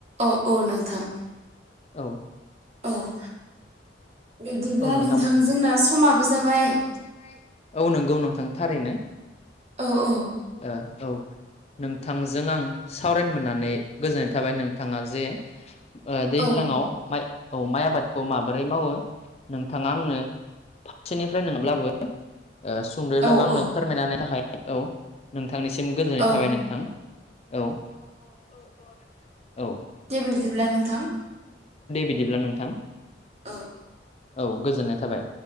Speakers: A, on the right; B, on the left.
A: औ औ नोंथां
B: औ
A: औ बिब्दिब्ला
B: औ नोंथां
A: जोंना समाबो जाबाय
B: सम जाबाय औ नंगौ नोंथां थारैनो।
A: औ औ
B: ओ औ नोंथांजों आं सावरायनो मोननानै गोजोननाय थाबाय नोंथाङा जे दैज्लाङाव
A: औ
B: माइ औ माइ आबादखौ माबोरै मावो? नोंथाङा आंनो फारसेनिफ्राय नङाब्लाबो ओ सुंद'यब्लाबो
A: औ
B: आंनो
A: औ
B: फोरमायनानै थाखाय औ नोंथांनिसिम गोजोननाय
A: औ
B: थाबाय नोंथां। औ औ औ
A: दे बिब्दिब्ला
B: दे
A: नोंथां
B: बिदिब्ला नोंथां।
A: औ
B: औ गोजोननाय थाबाय।